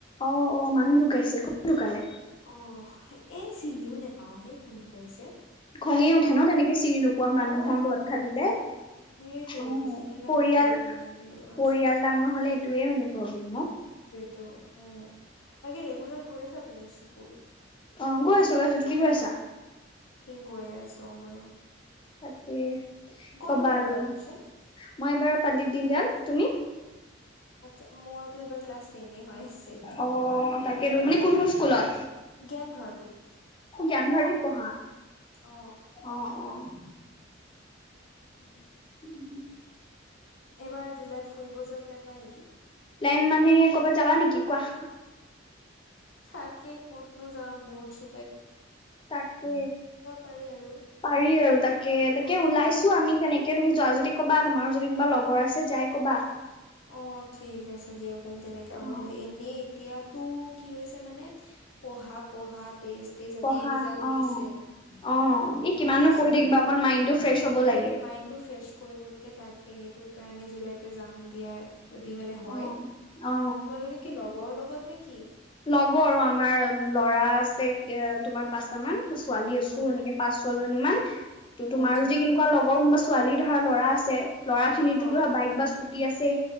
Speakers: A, on the left (about 25°); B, on the left (about 80°).
A: অহ - অহ মানুহ ঢুকাইছে। কোন ঢোকালে
B: অহ ', এই চিনিও নেপাও হেই কোনটোৰ গৈছে।
A: খঙে উঠে ন তেনেকে চিৰি নোপোৱা মানুহৰ
B: অ
A: ব্ৰত খাটিলে অহ
B: সেইটোয়েতো চিনিও
A: ',
B: নাপাওঁ
A: পৰিয়াল
B: ব্ৰত মানি
A: পৰিয়াল
B: থাকিব লগা হৈছে
A: ডাঙৰ হলে এইটয়ে মানে প্ৰব্লেম অহ ',
B: তো অঁহ ', বাকি ৰেগুলাৰ গৈ আছা। এমি স্কুল
A: অহ ', গৈ আছো - গৈ আছো তুমি গৈ আছা?
B: ঠিক গৈয়ে আছোঁ ময়ো।
A: তাকেই
B: ক'ত
A: কবা
B: ল'লা
A: আৰু
B: এইবাৰ এডমিশ্যন
A: মই এবাৰ পণ্ডিত দিনদাল। তুমি?
B: আচ্ছা, মইতো এইবাৰ ক্লাছ টেনে হয় আছে
A: অ তাকেতো মানে কোনখন স্কুলত
B: জ্ঞান ভাৰত। সি
A: জানভাৰি পঢ়া
B: অ
A: অহ - অহ
B: উম',
A: উম',
B: এইবাৰ জুলাইত ফুৰিব যা। ে নাই নেকি
A: লাইন মানে কৰ'বাত যাবা নেকি কোৱা
B: থাকে ক'তনো যাওঁ বৰ্ট চু
A: তাকে
B: পাৰি আৰু
A: পাৰি আৰু তাকে তাকে ওলাইছো
B: অ
A: আমি তেনেকে তুমি যোৱা যদি কবা তোমাৰ যদি কোনোবা লগৰ আছে যাই কবা
B: অঠিক ঠিক আছে দিয়ক কম তেনেককাা
A: অ
B: হ'লে এনেই এতিয়াতো কি হৈছে মানে পঢ়া পঢ়াত তেজ তেজ আজি
A: পঢ়া
B: ৰিজাল্ট
A: অ
B: দিছে
A: অ এই কিমাননো
B: তাৰপিছত
A: পঢ়ি থাকিবা অকন মাইণ্ডটো ফ্ৰেছ হ'ব
B: সেইটো
A: লাগে।
B: মাইণ্ডটো ফ্ৰেছ কৰিবলৈকে তাক স সেইটো কাৰণে জুলাইতে যাম এতিিয়য়াে যদি মানে হয়
A: অ অ
B: তোমালোকে কি লগৰ লগ খবৰ নেকি
A: লগৰ আৰু আমাৰ ল'ৰা আছে এ তোমাৰ পাঁচটাামান ছোৱালী আছো
B: অ
A: এনেকে পাঁচ ছয় জনী ইমান ত'
B: অ',
A: তোমাৰ
B: আচ্ছা,
A: যদি
B: আচ্ছা।
A: কেনেকুৱা লগৰ কোনোবা ছোৱালী ধৰা ল'ৰা আছে ল'ৰা খিনিতো
B: অ',
A: ধৰা বাইক বাছ ফুটি আছে